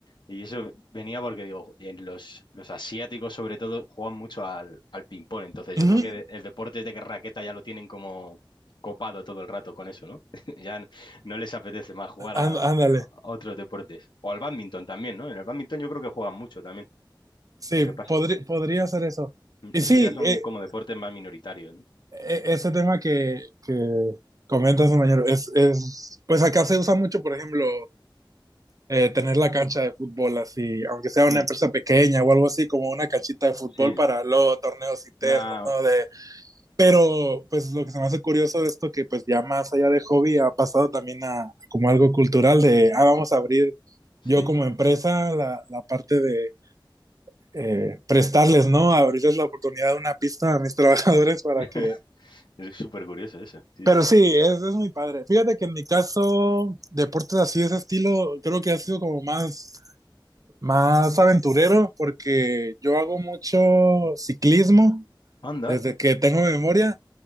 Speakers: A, on the left; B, on the right.
A: Y eso venía porque digo, en los, los asiáticos sobre todo juegan mucho al, al ping-pong, entonces yo
B: Ujú,
A: creo que de- el deporte de raqueta ya lo tienen como copado todo el rato con eso, ¿no? <laughs> Ya n- no les apetece más jugar a,
B: á-
A: a
B: Ándale.
A: otros deportes. O al bádminton también, ¿no? En el bádminton yo creo que juegan mucho también.
B: Sí,
A: Lo que pasa,
B: podri- podría ser eso.
A: mm,
B: Y
A: esos
B: sí,
A: ya son
B: eh,
A: como deportes más minoritarios, ¿no?
B: e-
A: También.
B: ese tema que, que comentas, compañero, es, es, pues acá se usa mucho, por ejemplo, eh, tener la cancha de fútbol así, aunque sea una
A: Mm,
B: empresa pequeña o algo así, como una canchita de fútbol
A: sí,
B: para luego torneos internos,
A: una...
B: ¿no? De, pero
A: mm,
B: pues lo que se me hace curioso de esto, que pues ya más allá de hobby ha pasado también a como algo cultural de, ah, vamos a abrir
A: sí,
B: yo como empresa la, la parte de eh, prestarles, ¿no? Abrirles la oportunidad de una pista a mis <laughs> trabajadores para
A: <laughs>
B: que...
A: es súper curioso eso. Sí,
B: Pero
A: sí.
B: sí, es, es muy padre. Fíjate que en mi caso, deportes así de ese estilo, creo que ha sido como más, más aventurero, porque yo hago mucho ciclismo
A: Anda.
B: desde que tengo memoria